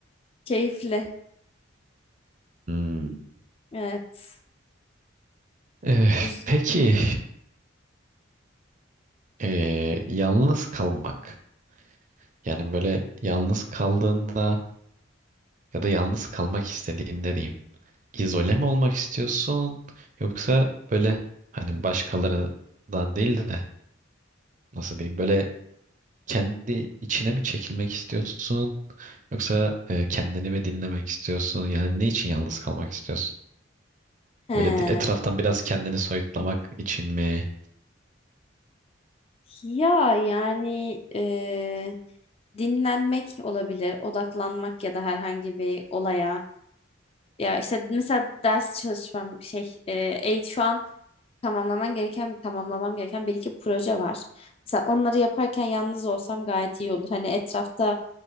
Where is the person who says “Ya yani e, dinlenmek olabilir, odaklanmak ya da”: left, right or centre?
Left